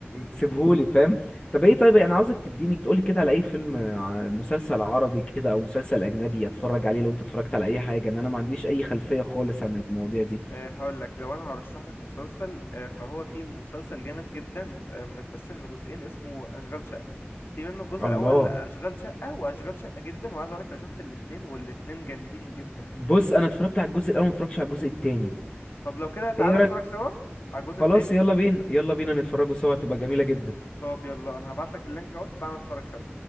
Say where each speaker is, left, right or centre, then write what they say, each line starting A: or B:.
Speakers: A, on the left; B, on the left.
A: سيبهولي فاهم طب ايه طيب انا عاوزك تديني تقولي كده على اي فيلم ع- مسلسل عربي كده او مسلسل اجنبي اتفرج عليه لو انت اتفرجت على اي حاجه ان انا ما عنديش اي خلفيه خالص عن المواضيع دي
B: آه، هقول لك لو انا هرشح لك مسلسل آه، فهو في مسلسل جامد جدا مت- آه، متقسم لجزئين اسمه اشغال شقه في منه الجزء
A: الله
B: الاول اشغال شقه واشغال شقه جدا وعايز اقول لك انا شفت الاثنين والاثنين جامدين جدا
A: بص انا اتفرجت على الجزء الاول ما اتفرجتش على الجزء التاني
B: طب لو كده تعالى
A: ايه رايك
B: نتفرج سوا على الجزء
A: خلاص
B: الثاني
A: يلا بينا يلا بينا نتفرجوا سوا تبقى جميله جدا
B: طب يلا انا هبعت لك اللينك اهو تعالى نتفرج سوا